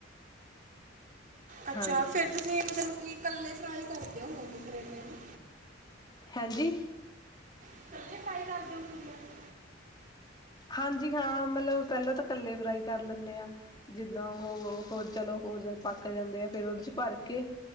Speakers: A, on the right; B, on the left.
A: ਅੱਛਾ
B: ਹਾਂਜੀ
A: ਫੇਰ ਤੁਸੀਂ ਮਤਲਬ ਕਿ ਕੱਲੇ ਫਰਾਈ ਕਰਦੇ ਹੋਵਗੇ ਕਰੇਲੇ ਹਨਾ
B: ਹਾਂਜੀ।
A: ਇਕੱਲੇ ਫਰਾਈ ਕਰਦੇ ਓ ਕਰੇਲਿਆ ਨੂੰ
B: ਹਾਂਜੀ ਹਾਂ ਮਤਲਵ ਪਹਿਲਾਂ ਤਾਂ ਕੱਲੇ ਫਰਾਈ ਕਰ ਲੈਂਨੇ ਆ। ਜਿੱਦਾਂ ਉਹ ਹੋ ਚਲੋ ਹੋ ਜਾਨ ਪੱਕ ਜਾਂਦੇ ਆ ਫੇਰ ਓਦ ਚ ਭਰ ਕੇ